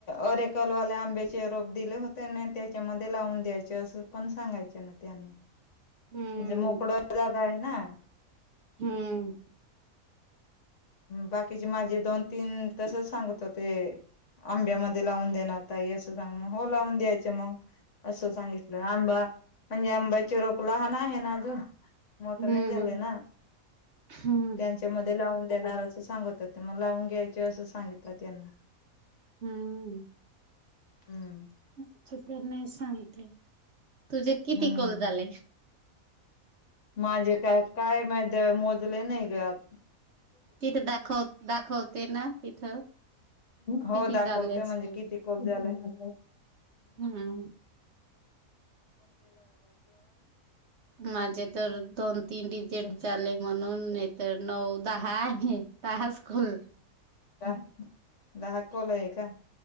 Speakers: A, on the left; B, on the right.
A: अरेकलवाले आंब्याचे रोप दिले होते न त्याच्यामध्ये लावून द्यायचे असं पण सांगायचे ना त्यांना,
B: हम्म
A: म्हणजे मोकडं जागा आहे ना
B: हूं!
A: बाकीचे माझे दोन तीन तस सांगत होते आंब्यामध्ये लावून देणार ताई, असं सांग म हो लावून द्यायच मग असं सांगितलं आंबा म्हणजे आंबाची रोप लहान आहे ना अजून मोठं
B: हम्म
A: नाही झालंय ना
B: हम्म
A: त्यांच्या मध्ये लावून देणार असं सांगत होते, म लाऊन घ्यायचे असं सांगितलं त्यांना.
B: हूं!
A: हम्म
B: अच्छा तर नाही सांगते, तुझे किती
A: हम्म
B: कॉल झाले
A: माझे काय, काय, माहीद मोजले नाही ग आज
B: तिथं दाखव दाखवते ना तिथं
A: हो
B: किती
A: दाखवते
B: झाले असतील.
A: म्हणजे किती कोल झाले हूं.
B: हम्म माझे तर दोन, तीन डिजेट
A: का
B: झाले म्हणून नाही तर नऊ, दहा आहे, दहा स्कूल
A: दा दहा कॉल आहे का?